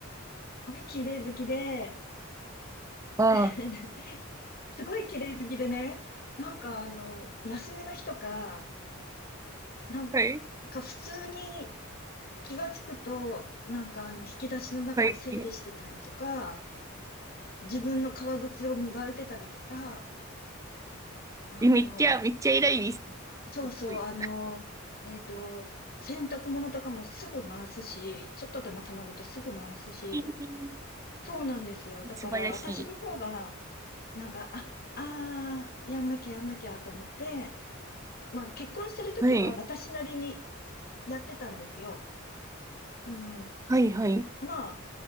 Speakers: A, on the left (about 50°); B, on the right (about 15°).
A: ごい綺麗好きで、
B: ああ。
A: <laughs> すごい綺麗好きでね、なんかあの、休みの日とか、なん
B: はい、
A: か普通に気がつくと、なんかあの、引き出しの中を整理してたりとか、
B: はい。
A: 自分の革靴を磨いてたりとか、あの、
B: え、めっちゃ、めっちゃ偉いです。
A: そうそう、
B: すごい
A: あの、えっと、洗濯物とかもすぐ回すし、ちょっとでも溜まるとすぐ回すし、
B: え
A: そうなんですよ。だから私の方が、
B: え素晴らしい。
A: なんか、あ、あー、やんなきゃやんなきゃと思って、まあ結婚してる時は私なりに
B: はい、
A: やってたんですよ。うん。
B: はい、はい、
A: まあ、